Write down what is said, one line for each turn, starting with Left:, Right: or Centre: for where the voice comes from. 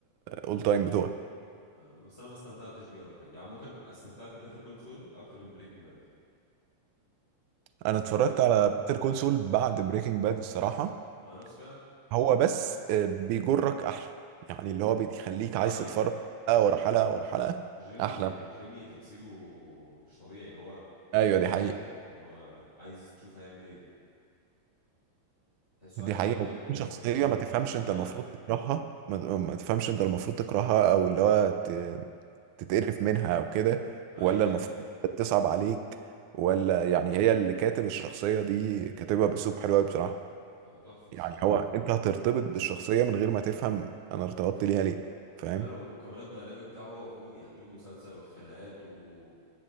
Right: اول تايم بتوعي
Left: آه بس انا ما استمتعتش بيه قوي الحقيقة. يعني ممكن استمتعت ببيتر كول سول اكتر من بريكنج باد
Right: انا اتفرجت
Left: يعني
Right: على بيتر كول سول بعد بريكنج باد الصراحه
Left: ما نفس الكلام
Right: هو بس آه، بيجرك احلى يعني اللي هو بيخليك
Left: اه
Right: عايز
Left: يعني
Right: تتفرج حلقه ورا حلقه ورا حلقه
Left: جيمي
Right: احلى
Left: يعني جيمي تمثيله مش طبيعي يعني هو
Right: ايوه
Left: بجد
Right: دي
Left: بيشدك
Right: حقيقه
Left: يعني هو عايز تشوف هيعمل ايه تحسه
Right: دي
Left: عيل
Right: حقيقه
Left: صغير
Right: وبعدين
Left: كده
Right: شخصيه
Left: وفي
Right: ما تفهمش
Left: لمعة
Right: انت المفروض
Left: كده
Right: تكرهها ما ما تفهمش انت المفروض تكرهها او اللي هو ت- تتقرف منها او كده
Left: ايوه
Right: ولا
Left: ايوه
Right: المفروض تصعب عليك ولا يعني هي اللي كاتب الشخصيه دي كاتبها باسلوب حلو قوي بصراحه
Left: آه، تحفه الصراحه
Right: يعني هو انت هترتبط بالشخصيه من غير ما تفهم انا ارتبطت ليها ليه فاهم
Left: لا لو وكمان الديناميك بتاعه هو واخوه يعني طول المسلسل والخناقات و